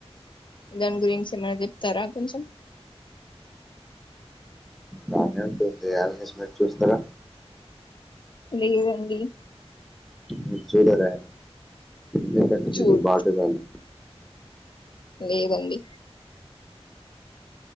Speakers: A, on the left; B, in the centre.
A: దాని గురించి ఏమైనా చెప్తారా కొంచెం
B: డామినెంట్ ఉంది యానిమిస్ మీర్ చూస్తారా
A: లేదండి
B: మీరు చూడరా లేదండి
A: చూడు
B: మీరు బాటుగాల్లు
A: లేదండి